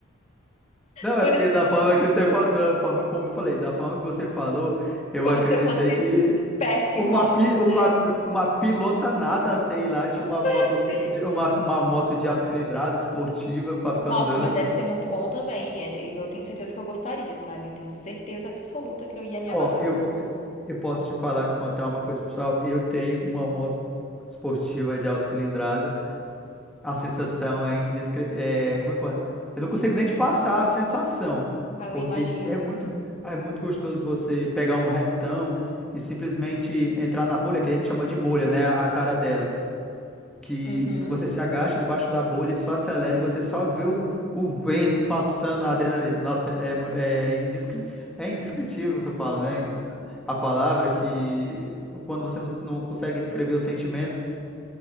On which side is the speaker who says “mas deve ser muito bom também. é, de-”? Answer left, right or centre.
Left